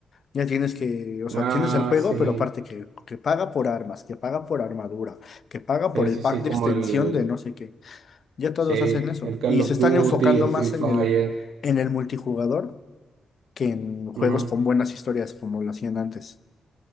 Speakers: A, on the left; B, on the right.
A: Ya tienes que, o sea,
B: Ah,
A: tienes el juego,
B: sí.
A: pero aparte que, que paga por armas, que paga por armadura, que paga por
B: Sí,
A: el
B: sí,
A: pack
B: sí,
A: de
B: como
A: extensión
B: el,
A: de no sé qué. Ya todos
B: sí,
A: hacen eso.
B: el Call
A: Y
B: of
A: se están
B: Duty,
A: enfocando
B: el
A: más
B: Free Fire.
A: en el, en el multijugador que en juegos
B: Ujú.
A: con buenas historias como lo hacían antes.